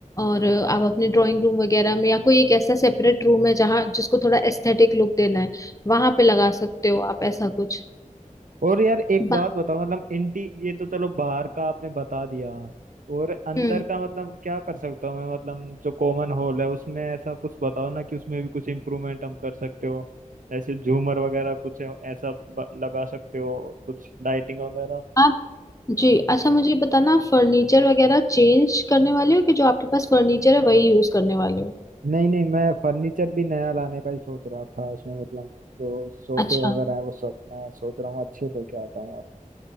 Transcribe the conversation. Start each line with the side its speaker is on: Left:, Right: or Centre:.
Left: और अ, आप अपने ड्राइंग रूम वगैरह में या कोई एक ऐसा सेपरेट रूम है जहाँ जिसको थोड़ा एस्थेटिक लुक देना है वहां पे लगा सकते हो आप ऐसा कुछ
Right: और यार एक
Left: बा-
Right: बात बताओ मतलब इंटी ये तो चलो बाहर का आपने बता दिया और अंदर
Left: हम्म
Right: का मतलब क्या कर सकता हूँ मैं मतलब जो कॉमन हॉल है उसमें ऐसा कुछ बताओ ना कि उसमें भी कुछ इम्प्रूवमेंट हम कर सकते हो ऐसे झूमर वगैरह कुछ ऐसा ब- लगा सकते हो और कुछ लाइटिंग वगैरह
Left: आप जी अच्छा मुझे बताना आप फर्नीचर वगैरह चेंज करने वाले हो कि जो आपके पास फर्नीचर है वही यूज करने वाले हो
Right: नहीं नहीं मैं फर्नीचर भी नया लाने का ही सोच रहा था उसमें मतलब जो सोफे
Left: अच्छा
Right: वगैरह है वो सब मैं सोच रहा हूँ अच्छे लेके आता हूँ अब